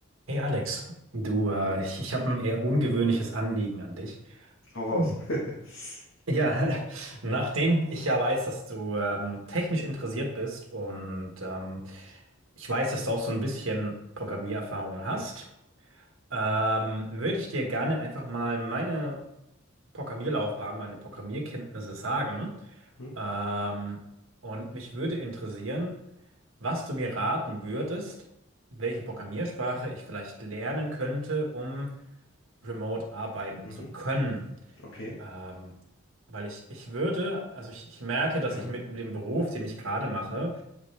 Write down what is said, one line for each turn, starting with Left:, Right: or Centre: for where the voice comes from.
Right: Hey Alex, du, äh, ich, ich habe ein eher ungewöhnliches Anliegen an dich.
Left: Hau raus.
Right: Mhm.
Left: <laughs>
Right: Ja, <laughs> nachdem ich ja weiß, dass du ähm, technisch interessiert bist und ähm, ich weiß, dass du auch so ein bisschen Programmiererfahrung hast, ähm, würde ich dir gerne einfach mal meine Programmierlaufbahn, meine Programmierkenntnisse sagen.
Left: Mhm,
Right: Ähm, und mich würde interessieren, was du mir raten würdest, welche Programmiersprache ich vielleicht lernen könnte, um remote arbeiten
Left: mhm,
Right: zu können.
Left: okay,
Right: Ähm, weil ich, ich würde, also ich, ich merke, dass
Left: ja.
Right: ich mit, mit dem Beruf, den ich gerade mache,